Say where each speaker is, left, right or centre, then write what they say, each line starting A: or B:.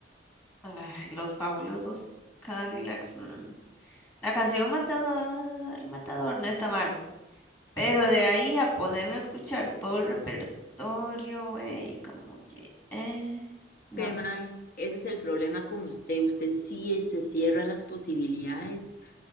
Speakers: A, on the left; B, on the left.
A: Ay, los fabulosos Cadillacs. mm. La canción Matador, Matador no está mal, pero de ahí a ponerme a escuchar todo el repertorio, güey, como que, eh, no.
B: Ve, mae, ese es el problema con usted. Usted sí se cierra las posibilidades